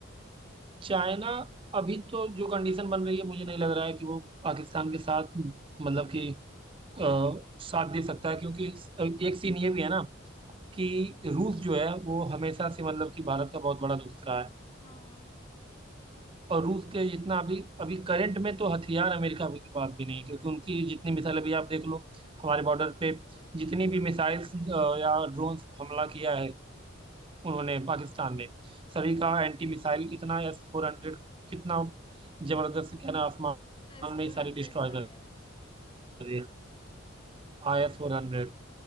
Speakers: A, on the right; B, on the left.
A: चाइना अभी तो जो कंडीशन बन रही है मुझे नहीं लग रहा है कि वो पाकिस्तान के साथ मतलब कि अ, साथ दे सकता है क्योंकि एक सीन ये भी है ना कि रूस जो है वो हमेशा से मतलब कि भारत का बहुत बड़ा दोस्त रहा है
B: हाँ
A: और रूस के जितना अभी अभी करंट में तो हथियार अमेरिका के पास भी नहीं है क्योंकि उनकी जितनी मिसाइल अभी आप देख लो हमारे बॉर्डर पे जितनी भी मिसाइल्स या ड्रोन हमला किया है उन्होंने पाकिस्तान ने सभी का एंटी मिसाइल इतना एस फोर हंड्रेड कितना जबरदस्त क्या ना आसमान
B: एस
A: में
B: फोर
A: ही सारे
B: हंड्रेड
A: डिस्ट्रॉय
B: जो आया
A: कर
B: है
A: दिए आई एस फोर हंड्रेड